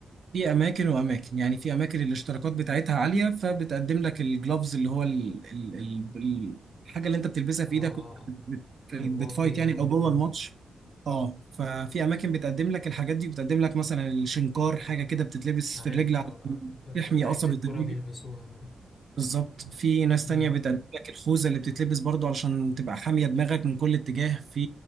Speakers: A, on the right (about 50°); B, on the left (about 30°).
A: في أماكن وأماكن يعني في أماكن الاشتراكات بتاعتها عالية فبتقدم لك الجلوفز اللي هو ال... ال... ال... ال- الحاجة اللي أنت بتلبسها
B: اه
A: في إيدك
B: اه
A: وأنت
B: اه
A: بت... بت...
B: والواقي
A: بتفايت يعني
B: والحاجات
A: أو جوه الماتش
B: دي
A: اه ففي اماكن بتقدم لك الحاجات دي بتقدم لك مثلا الشنكار حاجه كده بتتلبس
B: عارفها
A: في الرجل على
B: اه اه بتاع
A: تحمي
B: لعيبة
A: قصبة
B: الكرة
A: الرجل
B: بيلبسوها برضه
A: بالظبط في ناس
B: امم
A: تانية بتقدم لك الخوذة اللي بتتلبس برضو علشان تبقى حامية دماغك من كل اتجاه في